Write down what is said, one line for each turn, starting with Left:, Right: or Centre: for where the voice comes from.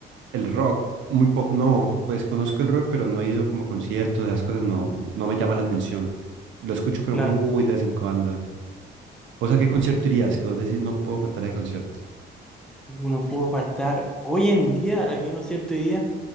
Right: el rock, muy poco. No, pues conozco el rock, pero no he ido como a conciertos, esas cosas no, no me llama la atención. Lo escucho, pero
Centre: claro.
Right: muy de vez en cuando. ¿Vos a qué
Centre: sí.
Right: concierto irías? Que vos decís, no puedo faltar al concierto.
Centre: Uno pudo faltar. Hoy en día, aquí en un cierto día,